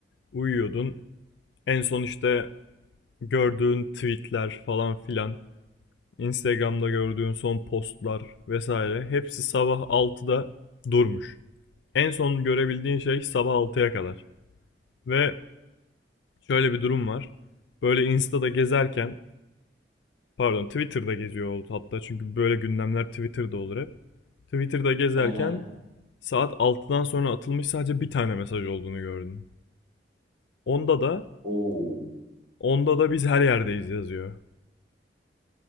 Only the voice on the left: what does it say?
uyuyordun. En son işte gördüğün tweetler falan filan. Instagram'da gördüğün son postlar vesaire. Hepsi sabah altıda durmuş. En son görebildiğin şey sabah altıya kadar. Ve şöyle bir durum var. Böyle Insta'da gezerken, pardon Twitter'da geziyor oldu hatta çünkü böyle gündemler Twitter'da olur hep. Twitter'da gezerken
saat 6'dan sonra atılmış sadece bir tane mesaj olduğunu gördüm. Onda da,
onda da biz her yerdeyiz yazıyor.